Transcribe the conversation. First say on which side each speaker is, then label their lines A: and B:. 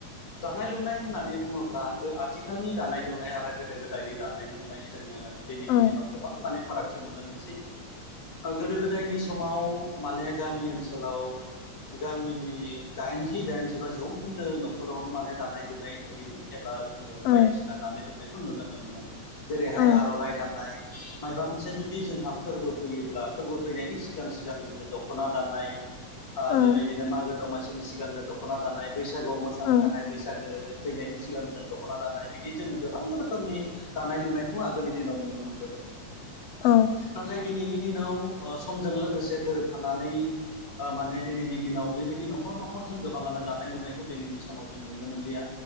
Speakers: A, on the left; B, on the left.
A: दानाय लुनाय होननानै बुङोब्ला आथिखालनि दानाय लुनाय आरो गोदो गोदायनि दानाय लुनाय जोङो दिनैनि
B: औ
A: दिनाव गोबां माने फारागथि नुनो मोनसै गोदो गोदायनि समाव माने गामि ओनसोलाव गामिनि दाइनजि दाइनजिबा जौखोन्दो न'खरावनो माने दानाय लुनाय थायोमोन बा जोङो
B: औ
A: बायदिसिना दानाय लुनायखौ नुनो मोनोमोन जेरैहाय
B: औ
A: आर'नाइ दानाय मायोबा मोनसे जुदि जोंहा फोरबो फैयोब्ला फोरबो फैनायनि सिगां सिगां जोङो दख'ना दानाय अ
B: औ
A: बेबायदिनो मागो दमासिनि सिगांनो दख'ना दानाय बैसागोआव मोसानो
B: औ
A: थाखाय बैसागो फैनायनि सिगां जों दख'ना दानाय बिदि जोङो गोबां रोखोमनि दानाय लुनायखौ आगोलनि दिनाव नुनो मोनबोदोंमोन
B: औ
A: नाथाय दिनैनि दिनाव अ समजों लोगोसे गोरोबफानानै माने दिनैनि दिनाव बेबायदि न'खर न'खर न'खरजों गोबाङानो दानाय लुनायखौ दिनैनि सानाव जों नुनो मोनलिया